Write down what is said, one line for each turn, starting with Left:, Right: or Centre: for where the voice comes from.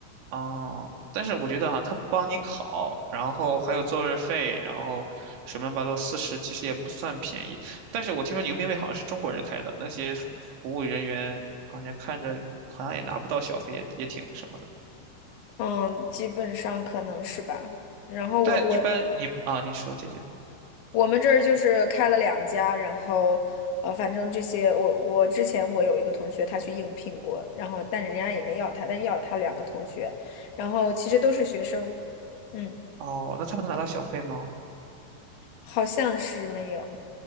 Right: 哦，但是我觉得哈、他不帮你考，然后还有座位费，然后水么乱七八道四十，其实也不算便宜。但是我听说牛鞭位好像是中国人开的，那些服服务人员好像看着好像也拿不到小费，也也挺什么的。
Left: 嗯，基本上可能是吧。然后我我
Right: 但一般你啊，你说姐姐，
Left: 我们这儿就是开了两家，然后呃，反正这些我我之前我有一个同学他去应聘过，然后但人家也没要他，但要了他两个同学，然后其实都是学生，嗯，
Right: 哦，那他们能拿到小费吗？
Left: 好像是没有